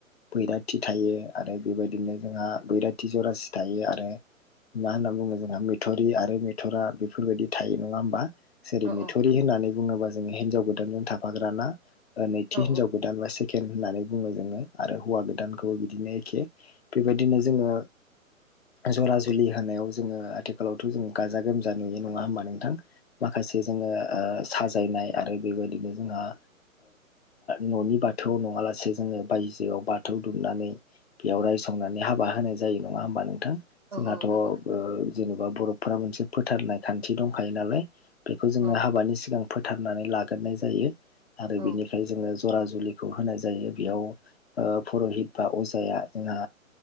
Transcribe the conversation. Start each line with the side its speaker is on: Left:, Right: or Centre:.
Left: बैराथि थायो आरो बेबायदिनो जोंहा बैराथि जरासि थायो आरो मा होनना बुङो जोंहा मथरि आरो मेथरा बेफोरबायदि थायो नङा होमबा जेरै
Right: औ
Left: मिथुरि होननानै बुङोबा जोङो हिनजाव गोदानजों थाफाग्राना नैथि
Right: औ
Left: हिनज गोदान बास केल होननानै बुङो जोङो आरो हौवा गोदानखौबो बिदिनो एखे बेबायदिनो जोङो जरा जुलि होनायाव जोङो आथिखालावथ' जों गाजा गोमजा नुययो नङा होमब नों माखासे जोङो साजायनाय आरो बेबायदिनो जोंहा न'नि बाथौआव नङालासे जोङो बायजोआव बाथौ दुमनानै बेयाव रायसंनानै हाबा होनाय जायो नङा होमबा नोंथां जोंहाथ'
Right: औ नंगौ नोंथां
Left: जेनेबा बरफफोरा मोनसे फोथारनाय खान्थि दंखायो नालाय बेखौ जोङो
Right: औ
Left: हाबानि सिगां फोथारनानै लाग्रोनाय जायो आरो
Right: औ
Left: बेनिफ्राय जोङो जरा जुलिखौ होनाय जायो बेयाव पुरहित बा अजाया जोंहा